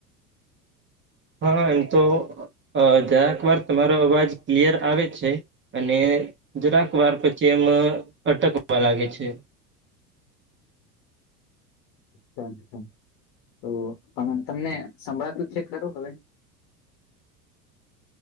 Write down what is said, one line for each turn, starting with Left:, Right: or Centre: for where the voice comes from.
Right: હા એમ તો જરાક વાર તમારો અવાજ ક્લિયર આવે છે અને જરાક વાર પછી એમ અટકવા લાગે છે
Left: હા તો પણ તમને સંભળાતું છે ખરું હવે